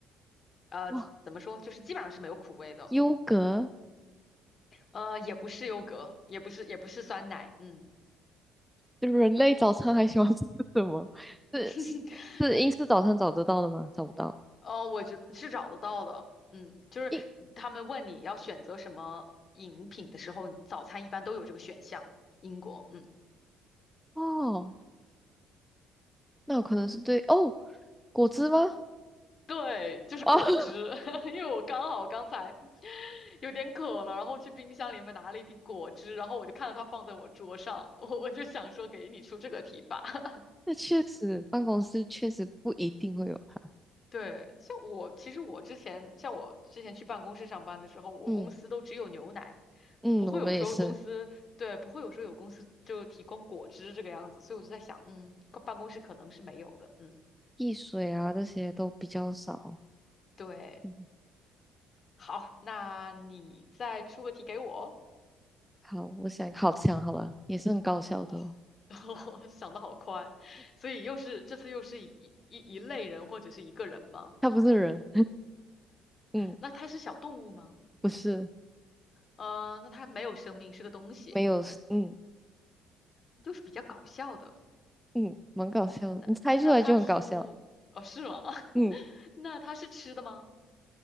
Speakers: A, on the left (about 45°); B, in the centre.
A: 呃，
B: 哇，
A: 怎么说，就是基本上是没有苦味的，
B: 优格，
A: 嗯，呃，也不是优格，也不是也不是酸奶，嗯，
B: 人类早餐还喜欢吃什么？是是是英式早餐找得到的吗？
A: <laughs>
B: 找不到。
A: 哦，我觉得是找得到的，嗯，就是他们问你要选择什么饮品的时候，
B: 英
A: 早餐一般都有这个选项，英国，嗯。
B: 哦，那有可能是对哦，果汁吗？
A: 对，就是果汁，
B: 哦，<laughs>
A: <laughs> 因为我刚好刚才有点渴了，然后去冰箱里面拿了一瓶果汁，然后我就看到它放在我桌上，<laughs> 我我就想说给你出这个题吧。<laughs>
B: 那确实，办公室确实不一定会有它。
A: 对，像我其实我之前像我之前去办公室上班的时候，我公司都只有牛奶，
B: 嗯嗯，
A: 不会有说公司对不会有说有公司就提供果汁这个样子，
B: 我们也是，
A: 所以我就在想，嗯，办公室可能是没有的，嗯，
B: 汽水啊这些都比较少。
A: 对，
B: 嗯
A: 好，那你再出个题给我。
B: 好，我想好强好了，也是很搞笑的哦。
A: 哇，<laughs> 我想的好快，所以又是这次又是一一一类人或者是一个人吗？
B: 他不是人，嗯，
A: 那它是小动物吗？
B: 不是，
A: 嗯，那它没有生命，是个东西，
B: 没有，嗯
A: 又是比较搞笑的。
B: 嗯，蛮搞笑的。
A: 那那它是哦是吗？
B: 你猜出来就很搞笑，
A: <laughs>
B: 嗯
A: 那它是吃的吗？